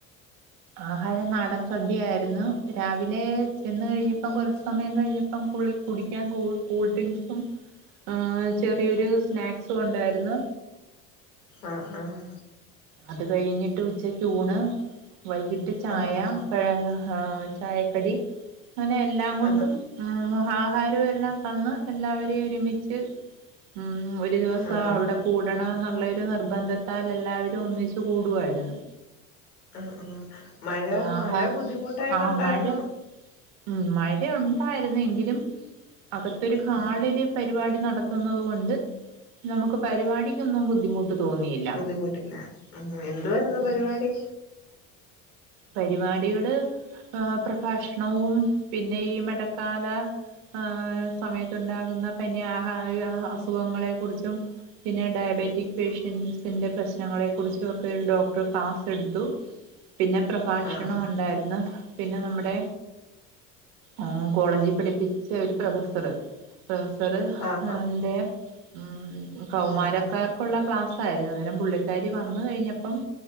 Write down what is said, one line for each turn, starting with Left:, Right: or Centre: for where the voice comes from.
Right: ആഹാരം നാടൻ സദ്യയായിരുന്നു രാവിലെ ചെന്ന് കഴിഞ്ഞപ്പം കുറച്ച് സമയം കഴിഞ്ഞപ്പം കുളി കുടിക്കാൻ കൂ കൂൾ ഡ്രിങ്ക്സും ആഹ്. ചെറിയൊരു സ്നാക്സും ഉണ്ടായിരുന്നു.
Left: ആഹ് ആഹ്.
Right: അത് കഴിഞ്ഞിട്ട് ഉച്ചക്യൂണ് വൈകിട്ട്. ട്ട് ചായ
Left: ആഹ് ആഹ്
Right: ഴ ചായക്കടി അങ്ങനെ എല്ലാം കൊണ്ടും.
Left: ആഹ്
Right: ആഹ് ആഹാരവും എല്ലാം തന്ന്. എല്ലാവരെയും ഒരുമിച്ച് ഉം ഒരു ദിവസം
Left: ആഹ്
Right: അവിടെ. കൂടണം എന്നുള്ളരു നിർബന്ധത്താൽ എല്ലാവരും ഒന്നിച്ച് കൂടുവായിരുന്നു.
Left: ആഹ് ആഹ് മഴ
Right: ആഹാ
Left: മഴ ബുദ്ധിമുട്ടായിട്ടുണ്ടായിരുന്നോ?
Right: ആ മഴ ഉം മഴയുണ്ടായിരുന്നെങ്കിലും അകത്തൊരു ഹാളില്.
Left: ആ
Right: പരിപാടി നടത്തുന്നത് കൊണ്ട് നമുക്ക് പരിപാടിക്കൊന്നും ബുദ്ധിമുട്ട് തോന്നിയില്ല.
Left: ദ്ധിമുട്ടില്ല. ആഹ് എന്തോയിരുന്നു
Right: ഉം
Left: പരിപാടി?
Right: പരിപാടികള്. ആഹ് പ്രഭാഷണവും പിന്നെ ഈ മഴക്കാല ആഹ്. സമയത്തുണ്ടാകുന്ന പിന്നെ ആഹ് അസുഖങ്ങളെ കുറിച്ചും. പിന്നെ ഡയബറ്റിക് പേഷ്യന്റ്സ്. ന്റ പ്രശ്നങ്ങളെ കുറിച്ചക്കെ ഡോക്ടർ ക്ലാസ് എടുത്തു പിന്നെ. പ്രഭാഷണം
Left: ആഹ്
Right: ഉണ്ടായിരുന്നു. പിന്നെ നമ്മുടെ ആഹ് കോളേജിൽ പഠിപ്പിച്ച ഒരു പ്രൊഫസർ. പ്രൊഫസർന്റെ
Left: ആഹ്
Right: ഉം കൗമാരക്കാർ.
Left: ആഹ്
Right: ക്കുള്ള ക്ലാസ് ആയിരുന്നു ന്നേരം പുള്ളിക്കാരി വന്ന് കഴിഞ്ഞപ്പം